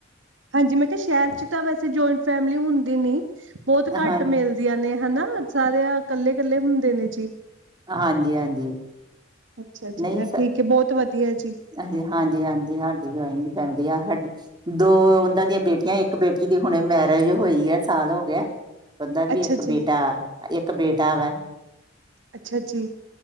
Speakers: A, on the right; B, on the right.
A: ਹਾਂਜੀ ਮੈਂ ਕਿਹਾ ਸ਼ਹਿਰ ਚ ਤਾਂ ਵੈਸੇ ਜੁਆਇੰਟ ਫੈਮਿਲੀ ਹੁੰਦੀ ਨੀ, ਬਹੁਤ ਘੱਟ
B: ਹਾਂ
A: ਮਿਲ ਮਿਲਦੀਆਂ ਨੇ ਹਨਾ, ਸਾਰੇ ਆ ਕੱਲੇ ਕੱਲੇ ਹੁੰਦੇ ਨੇ ਜੀ।
B: ਹਾਂਜੀ ਹਾਂਜੀ।
A: ਅੱਛਾ ਅੱਛਾ,
B: ਨਹੀਂ
A: ਚਲ ਠੀਕ ਐ ਬਹੁਤ ਵਧੀਆ ਜੀ।
B: ਹਾਂਜੀ ਹਾਂਜੀ, ਹਾਡੀ ਜਆਇੰਟ ਫੈਮਿਲੀ ਆ ਹਾਡੀ। ਦੋ ਉਹਨਾਂ ਦੀਆਂ ਬੇਟੀਆਂ, ਇੱਕ ਬੇਟੀ ਦੀ ਹੁਣੇ ਮੈਰਿਜ ਹੋਈ ਐ ਸਾਲ ਹੋ ਗਿਆ। ਓਦਾ ਵੀ
A: ਅੱਛਾ
B: ਇੱਕ
A: ਜੀ,
B: ਬੇਟਾ, ਇੱਕ ਬੇਟਾ ਰ
A: ਅੱਛਾ ਜੀ,